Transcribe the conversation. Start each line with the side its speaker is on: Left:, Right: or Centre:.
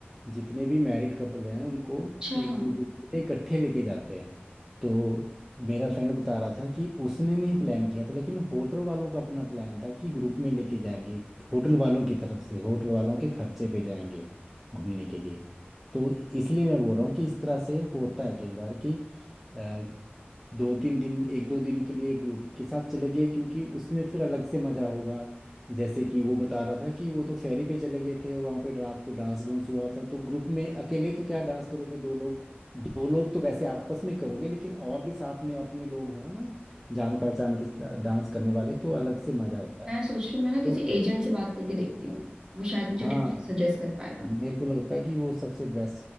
Centre: जितने भी मैरिड कपल हैं उनको
Right: अच्छा
Centre: एक दो दूसरे इकट्ठे लेके जाते हैं तो मेरा फ्रेंड बता रहा था कि उसने नहीं प्लान किया था लेकिन होटल वालों का अपना प्लान था कि ग्रुप में लेके जाएंगे होटल वालों की तरफ से होटल वालों के खर्चे पे जाएंगे घूमने के लिए तो इसलिए मैं बोल रहा हूँ कि इस तरह से होता है कई बार कि अ, दो तीन दिन एक दो दिन के लिए ग्रुप के साथ चले गए क्योंकि उसमें फिर अलग से मजा होगा जैसे कि वो बता रहा था कि वो तो फेरी पे चले गए थे और वहाँ पे रात को डांस डूंस हुआ था तो ग्रुप में अकेले तो क्या डांस करोगे दो लोग दो लोग तो वैसे आपस में करोगे लेकिन और भी साथ में अपने लोग हों ना जान पहचान के साथ डांस करने वाले तो अलग से मजा होता
Right: मैं
Centre: है
Right: सोच रही हूँ मैं ना
Centre: तो
Right: किसी एजेंट से बात करके देखती हूँ वो शायद मुझे
Centre: हाँ
Right: ठीक से सजेस्ट कर पाएगा
Centre: मेरे को लगता है कि वो सबसे बेस्ट